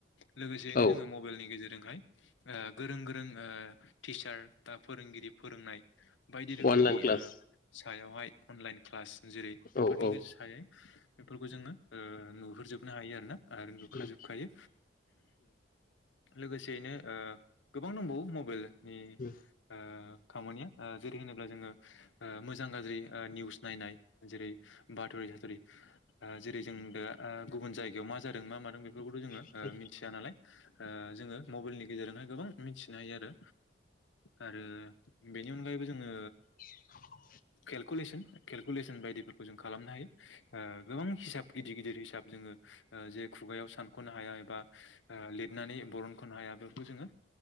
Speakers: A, on the left; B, on the left.
A: लोगोसेयैनो
B: औ
A: जोङो मबाइलनि गेजेरजोंहाय ओ गोरों गोरों ओ टिचार दा फोरोंगिरि फोरोंनाय बायदि रोखोमनि
B: अनलाइन क्लास
A: ओ सायावहाय अनलाइन क्लास जेरै बेफोरनि
B: औ औ उम
A: गेजेर सायै बेफोरखौ जोङो ओ नुहुरजोबनो हायो आरोना आरो नुखाजोबखायो।
B: उम
A: लोगोसेयैनो ओ गोबां दंबावो मबाइलनि
B: उम
A: ओ खामानिया ओ जेरै होनोब्ला जोङो ओ मोजां गाज्रि ओ निउस नायनाय जेरै बाथरि साथ'रि ओ जेरै जों दा ओ गुबुन जायगायाव मा जादों मा मादों बेफोरखौथ' जोङो
B: औ
A: ओ मिथिया नालाय औ जोङो मबाइलनि गेजेरजों गोबां मिथिनो हायो आरो आरो बेनि अनगायैबो जोङो
B: <inaudible>
A: केेलकुलेसन केलकुलेसन बायदिफोरखौ जों खालामनो हायो गोबां हिसाब गिदिर गिदिर हिसाब जोङो जे खुगायाव सानख'नो हाया एबा लिरनानै बरनख'नो हाया बेफोरखौ जोङो